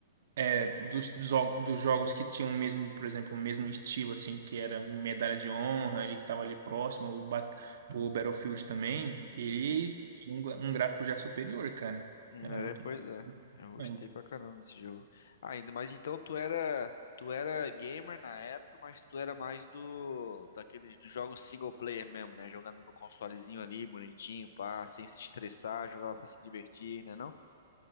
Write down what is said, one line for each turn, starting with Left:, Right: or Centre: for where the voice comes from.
Right: é, dos, dos jo- dos jogos que tinham o mesmo, por exemplo, o mesmo estilo, assim, que era medalha de honra, ali que tava ali próximo, o, Bat- o Battlefield também, ele
Left: Uhum.
Right: tinha um, gra- um gráfico já superior, cara.
Left: É,
Right: Era muito.
Left: pois é. Eu gostei
Right: é um
Left: pra caramba desse jogo. Ah, Ainda mais então tu era, tu era gamer na época, mas tu era mais do daqueles dos jogos single player mesmo, né? Jogando no consolezinho ali, bonitinho, pá, sem se estressar, jogava pra se divertir, né não?